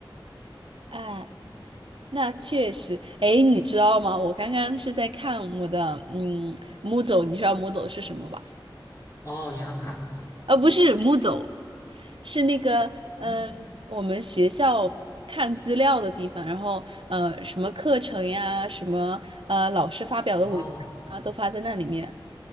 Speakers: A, on the right; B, on the left.
A: <laughs> 哎，
B: 嗯，
A: 那确实，哎，你知道吗？我刚刚是在看我的嗯 m o o d l 你知道 m o o d l 是什么吧？
B: 哦，银行卡，
A: 呃，不是木走，是那个嗯、
B: 嗯，
A: 我们学校看资料的地方，然后呃，什么课程呀，什么呃，老师发表的文章啊，
B: 哦，
A: 都发在那里面。